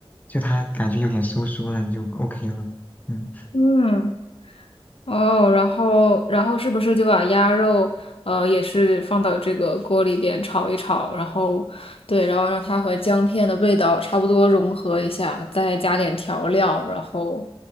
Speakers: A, on the left; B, on the left.
A: 就它感觉有点收缩了，你就 OK 了。嗯。
B: 嗯，哦，然后然后是不是就把鸭肉呃也是放到这个锅里边炒一炒，然后对，然后让它和姜片的味道差不多融合一下，再加点调料，然后